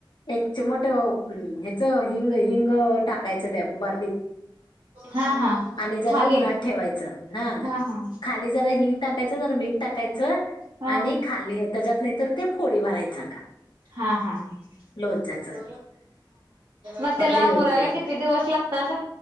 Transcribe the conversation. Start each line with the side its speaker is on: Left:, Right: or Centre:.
Left: एक चिमट ह्यांचं हिंग हिंग टाकांयचं त्यां बरनीत
Right: हा हा
Left: आणि जरां
Right: खाली
Left: उन्हात ठेवायचं नां
Right: हा हा
Left: खाली जरां हिंग टाकायचं जरं मीठ टाकायचं
Right: हा
Left: आणि
Right: हा
Left: खाली त्याच्यात नाहीतर ते फोडी भरायचं का.
Right: हा हा ह
Left: लोणच्याच
Right: म
Left: मग
Right: ला
Left: ते हे होते
Right: मुरला कि. किती, दिवस लागतात